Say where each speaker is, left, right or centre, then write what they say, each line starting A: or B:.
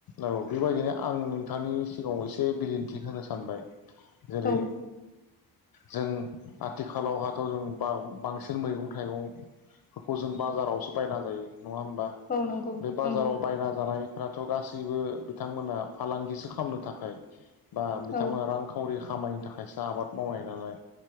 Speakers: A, on the left (about 55°); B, on the left (about 20°).
A: औ बेबायदिनो आं नोंथांनि सिगाङाव एसे बिदिन्थि होनो सानबाय जेरै-
B: औ
A: जों आथिखालावहाथ' जों बाव बांसिन मैगं थाइगंफोरखौ जों बाजारावसो बायना जायो। नङा होमबा?
B: औ नंगौ
A: बे बाजाराव
B: नंगौ
A: बायना जानाय राथ' गास गासैबो बिथांमोनहा फालांगिसो खालामनो थाखाय बा बिथांमोना
B: औ
A: रांखावरि खामानिनि थाखायसो आबाद मावनाय नालाय